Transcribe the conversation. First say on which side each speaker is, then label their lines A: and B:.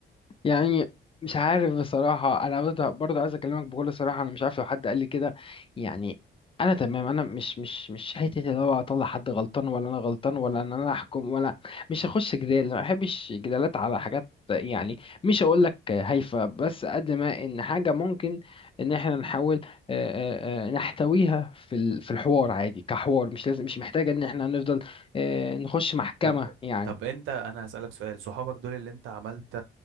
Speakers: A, on the left (about 25°); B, on the right (about 80°).
A: يعني مش عارف بصراحة أنا برضه برضه عايز أكلمك بكل صراحة أنا مش عارف لو حد قال لي كده يعني أنا تمام أنا مش مش مش حتة اللي هو أطلع حد غلطان ولا أنا غلطان ولا إن أنا أحكم ولا مش هخش جدال ما بحبش جدالات على حاجات يعني مش هقول لك هايفة بس قد ما إن حاجة ممكن إن إحنا نحاول آه، آه، آه، نحتويها في ال- في الحوار عادي كحوار مش لازم مش محتاجة إن إحنا نفضل آه، نخش محكمة
B: طب
A: يعني
B: طب انت انا هسألك سؤال صحابك دول اللي انت عملت